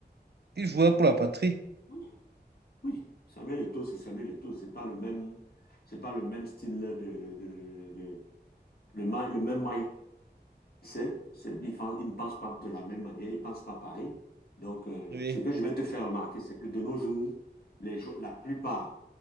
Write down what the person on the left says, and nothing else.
Oui, oui. Samuel Eto'o, c'est Samuel Eto'o. C'est pas le même, c'est pas le même style de, de, de- le, ma- le même mindset. C'est- Ils, fen- ils ne pensent pas de la même manière. Ils pensent pas pareil. Donc, euh,
ce que je vais te faire remarquer, c'est que de nos jours, les jou- la plupart,